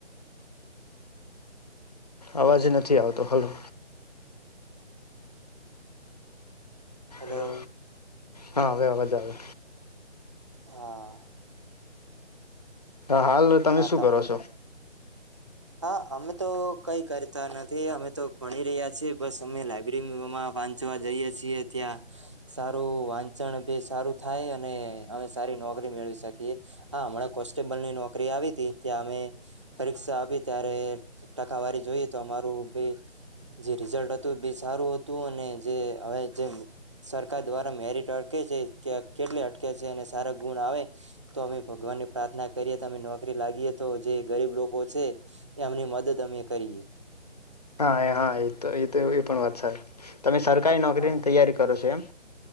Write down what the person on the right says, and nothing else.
હેલો
હા
હા
હા અમે તો કઈ કરતા નથી અમે તો ભણી રહ્યા છીએ બસ અમે લાયબ્રેરીમાં વાંચવા જઈએ છીએ ત્યાં સારું વાંચન બી સારું થાય અને અમે સારી નોકરી મેળવી શકીએ હા હમણાં કોન્સ્ટેબલની નોકરી આવી હતી ત્યાં અમે પરીક્ષા આપી. ત્યારે ટકાવારી જોઈએ તો અમારું બી જે રિઝલ્ટ હતું બી સારું હતું અને જે હવે જે સરકાર દ્વારા મેરિટ અટકે છે કે કેટલી અટકે છે અને સારા ગુણ આવે તો અમે ભગવાનની પ્રાર્થના કરીએ તો અમે નોકરી લાગીએ તો જે ગરીબ લોકો છે. એમની મદદ અમે કરીએ.
હા